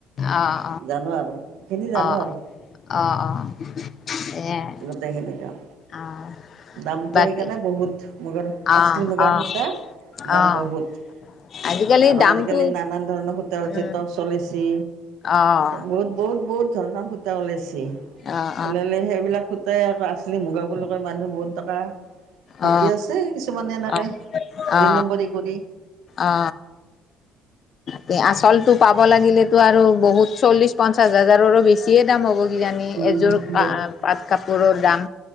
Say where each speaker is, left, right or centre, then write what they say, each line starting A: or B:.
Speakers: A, on the left; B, on the right.
A: অ',
B: জানো আৰু সেই খিনি জানো
A: অ', অ',
B: আৰু
A: অ', অ', এয়াই
B: গোটেইখিনি দাম
A: অ',
B: দামটো
A: বাকী
B: সেইকাৰণে বহুত মুগাৰ
A: অ',
B: আছলি মুগাৰ
A: অ',
B: সূতা দাম
A: অ',
B: বহুত
A: আজিকালি
B: আৰু
A: দামটো
B: আজিকালি নানান ধৰণৰ
A: উম,
B: সূ <unintelligible> <unintelligible> চলেছি
A: অ',
B: বহুত বহুত বহুত ধৰ <unintelligible> <unintelligible> সূতা ওলাইছে
A: অ', অ',
B: ওলালে সেইবিলাক সূতাই আকৌ আচলি মুগা বুলি <unintelligible> <unintelligible> মানুহ বহুত টকা ঘটি
A: অ
B: আছে কিছুমানে এনেকে
A: অ
B: দুই
A: অ
B: নম্বৰী কৰি
A: অ তে আচলটো পাব লাগিলে, <unintelligible> আৰু বহুত চল্লিশ পঞ্চাশ হাজাৰৰো বেছিয়ে দাম হ'ব কিজানি
B: উম
A: এযোৰ
B: ব
A: পাট কাপোৰৰ দাম